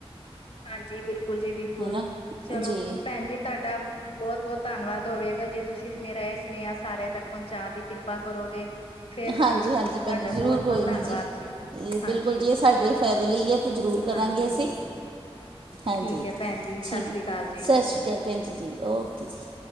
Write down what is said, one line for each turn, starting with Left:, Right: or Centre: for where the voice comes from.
Left: ਹਾਂਜੀ ਬਿਲਕੁਲ ਜੀ ਬਿਲਕੁਲ,
Right: ਹਨਾ
Left: ਚਲੋ
Right: ਜੀ
Left: ਭੈਣ ਜੀ ਤੁਹਾਡਾ। ਬਹੁਤ- ਬਹੁਤ ਧੰਨਵਾਦ ਹੋਵੇਗਾ ਜੇ ਤੁਸੀਂ ਮੇਰਾ ਇਹ ਸੁਨੇਹਾ ਸਾਰਿਆਂ ਤੱਕ ਪਹੁੰਚਾ ਦੀ ਕਿਰਪਾ ਕਰੋਗੇ। ਫਿਰ
Right: ਹਾਂਜੀ- ਹਾਂਜੀ
Left: ਤੁਹਾਡਾ
Right: ਭੈਣ ਜੀ ਜ਼ਰੂਰ
Left: ਬਹੁਤ ਬਹੁਤ
Right: ਕੋਈ
Left: ਧੰਨਵਾਦ
Right: ਨਹੀਂ ਜੀ, ਇਹ
Left: ਹਾਂਜੀ
Right: ਬਿਲਕੁਲ ਜੀ ਇਹ ਸਾਡੇ। ਫਾਇਦੇ ਲਈਏ ਅਤੇ ਜ਼ਰੂਰ ਕਰਾਂਗੇ
Left: ਹਾਂਜੀ
Right: ਅਸੀ ਹਾਂਜੀ
Left: ਠੀਕ ਹੈ ਭੈਣ ਜੀ
Right: ਠੀਕ
Left: ਸਤਿ
Right: ਸਤਿ
Left: ਸ੍ਰੀ ਅਕਾਲ ਜੀ
Right: ਸ਼੍ਰੀ ਅਕਾਲ ਭੈਣ ਜੀ- ਜੀ ਓਕੇ ਜੀ।